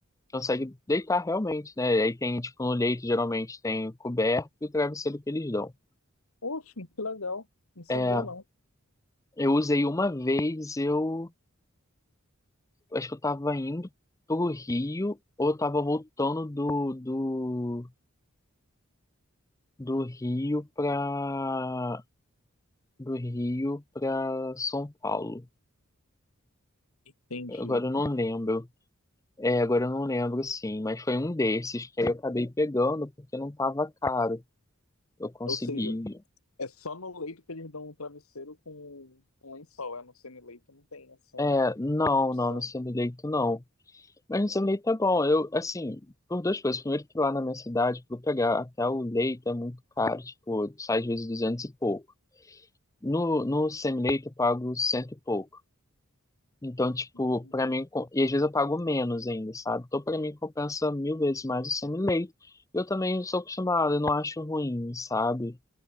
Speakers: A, on the left; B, on the left.
A: consegue deitar realmente, né? Aí tem, tipo, no leito geralmente tem coberto e o travesseiro que eles dão.
B: Poxa, que legal. Não sabia
A: É,
B: não.
A: Eu usei uma vez, eu acho que eu tava indo pro Rio ou eu tava voltando do, do, do Rio pra do Rio pra São Paulo.
B: Entendi.
A: Agora eu não lembro. É, agora eu não lembro sim, mas foi um desses que aí eu acabei pegando porque não tava caro. Eu consegui.
B: Ou seja, É só no leito que eles dão um travesseiro com um lençol. É no semi-leito não tem essa
A: É, não,
B: opção.
A: não, no semi-leito não. Mas no seu leite tá bom. Eu, assim, por duas coisas. Primeiro que lá na minha cidade, para pegar até o leite é muito caro. Tipo, sai às vezes 200 e pouco. No, no semi-leite eu pago cento e pouco. Então, tipo,
B: Entendi.
A: para mim... com- E às vezes eu pago menos ainda, sabe? Então, para mim, compensa mil vezes mais o semi-leite. Eu também sou acostumado, eu não acho ruim, sabe?